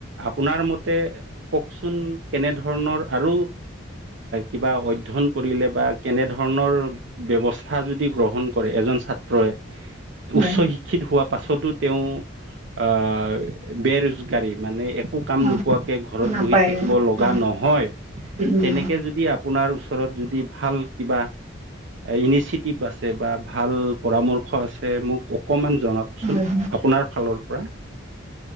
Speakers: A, on the right; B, on the right.
A: আপোনাৰ মতে কওঁকচোন, কেনেধৰণৰ আৰু কিবা অধ্যয়ন কৰিলে বা কেনেধৰণৰ ব্যৱস্থা যদি গ্ৰহণ কৰে এজন ছাত্ৰই
B: হয়
A: উচ্চ শিক্ষিত হোৱা পাছতো তেওঁ অ বেৰ্জগাড়ী মানে একো কাম
B: অ
A: নোপোৱাকে ঘৰত
B: নাপায়
A: বহি থাকিব লগা
B: উম
A: নহয়।
B: উম
A: তেনেকে যদি আপোনাৰ ওচৰত যদি ভাল কিবা ইনিচিয়েটিভ আছে বা ভাল পৰামৰ্শ আছে। মোক অকমান জনাওকচোন।
B: হয় হয়
A: আপোনাৰ ফালৰ পৰা।